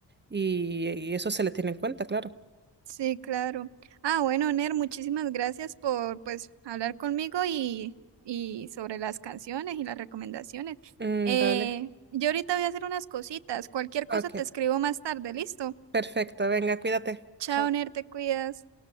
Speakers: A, on the right; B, on the right.
A: y, y eso se le tiene en cuenta, claro.
B: Sí, claro. Ah, bueno, Ner, muchísimas gracias por, pues, hablar conmigo y, y sobre las canciones y las recomendaciones.
A: Mm,
B: Eh,
A: vale.
B: yo ahorita voy a hacer unas cositas, cualquier cosa
A: Ok,
B: te escribo más tarde, ¿listo?
A: perfecto. Venga, cuídate.
B: Chao,
A: Chao.
B: Ner, te cuidas.